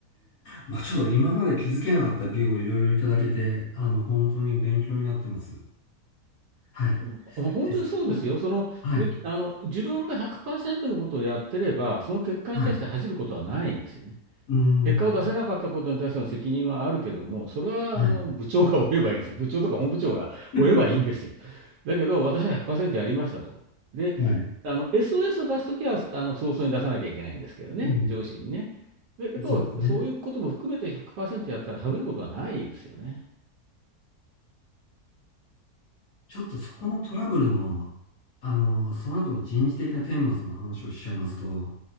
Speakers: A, on the left (about 65°); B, on the right (about 85°).
A: まあ、ちょっと今まで気づけなかったビューをいろいろいただけて、あの、本当に勉強になってます。はい。
B: う本当にそうですよ。
A: で、その、
B: その、
A: はい。
B: でき、あの、自分が100%のことをやってれば、その結果に対して恥じることはないんですよね。
A: はい。うん。
B: 結果を出せなかったことに対しての責任はあるけども、それはあの部長が負えばいいんです。
A: はい。
B: 部長とか本部長が負えばいいんですよ。
A: <laughs>
B: だけど、私は100%やりましたと。で、
A: はい。
B: あの SOS を出すときはあの早々に出さなきゃいけないんですけどね、
A: うん。
B: 上司にね。だけど、
A: そうですね。
B: そういうことも含めて100%やったら外れることはないですよね。
A: ちょっとそこのトラブルの、あの、その後の人事的な顛末の話をしちゃいますと、